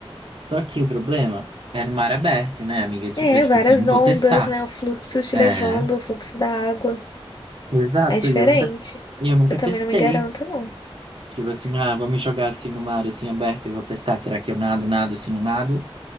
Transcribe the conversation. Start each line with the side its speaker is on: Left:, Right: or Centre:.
Right: Só que o problema é no mar aberto, né, amiga? Eu, tipo
Left: É,
Right: eu, tipo
Left: várias
Right: assim, não vou
Left: ondas,
Right: testar.
Left: né? O fluxo te
Right: É.
Left: levando, o fluxo da água.
Right: Exato,
Left: É diferente.
Right: e eu nunca E eu nunca
Left: Eu também
Right: testei.
Left: não me garanto, não.
Right: Tipo assim, ah, vou me jogar assim no mar assim aberto e vou testar. Será que eu nado, nado, assim, não nado?